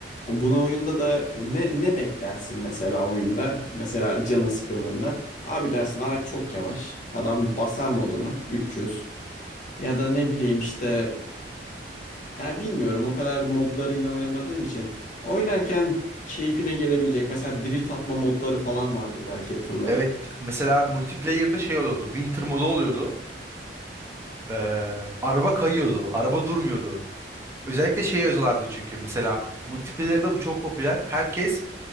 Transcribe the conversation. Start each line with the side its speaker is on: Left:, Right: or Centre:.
Left: bunu oyunda da ne, ne beklersin mesela oyunda? Mesela canın sıkıldığında. Abi dersin Arak çok yavaş. Adam basar modunu 300. Ya da ne bileyim işte ya bilmiyorum o kadar modlarıyla oynamadığım için. Oynarken keyfine gelebilecek. Mesela drift atma modları falan vardır belki tırla.
Right: Evet mesela multiplayer'da şey oluyordu. Winter modu oluyordu. Ee, araba kayıyordu. Araba durmuyordu. Özellikle şey yazıyorlardı çünkü mesela multiplayer'da bu çok popüler. Herkes